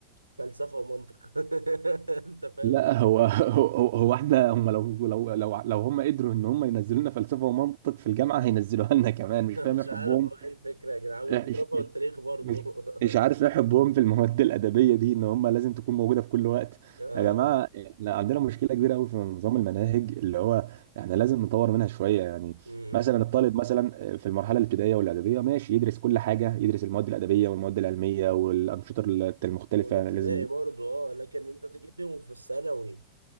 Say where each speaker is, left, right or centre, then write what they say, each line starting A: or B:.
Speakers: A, on the right (about 85°); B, on the right (about 55°).
A: فلسفه ومنطق <laughs> انت فاهم
B: لا هو <laughs> هو, هو احنا هم لو لو لو لو هم قدروا ان هم ينزلوا لنا فلسفه ومنطق في الجامعه هينزلوها لنا كمان مش فاهم
A: مش
B: ايه
A: عارف
B: حبهم
A: هو ايه الفكرة يا جدعان والجغرافيا
B: إيه، مش
A: والتاريخ برضه
B: مش مش
A: <laughs>
B: عارف ايه حبهم في المواد الادبيه دي ان هم لازم تكون موجوده في كل وقت
A: آه،
B: يا جماعه احنا عندنا مشكله كبيره قوي في نظام المناهج اللي هو احنا لازم نطور منها شويه يعني
A: أمم.
B: مثلا الطالب مثلا في المرحله الابتدائيه والاعداديه ماشي يدرس كل حاجه يدرس المواد الادبيه والمواد العلميه والانشطه المختلفه
A: والابتدائي
B: لازم
A: برضه اه لكن انت تجيب لي وفي الثانوي